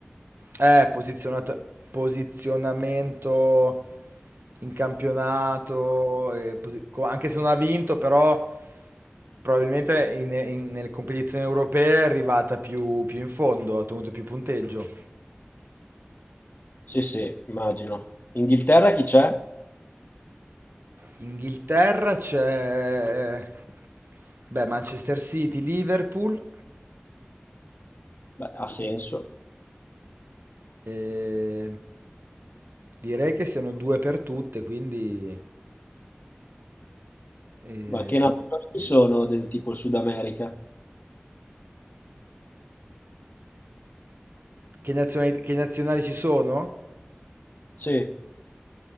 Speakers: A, on the right; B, on the left.
A: Eh, posizionata- posizionamento in campionato, e posi- co- anche se non ha vinto, però probabilmente in- in- nelle competizioni europee è arrivata più, più in fondo, ha ottenuto più punteggio.
B: Sì, sì, immagino. Inghilterra chi c'è?
A: Inghilterra c'è, beh, Manchester City, Liverpool,
B: Beh, ha senso.
A: e direi che siano due per tutte, quindi... eh,
B: Ma che nazioni ci sono del tipo Sud America?
A: che nazionali che nazionali ci sono?
B: Sì,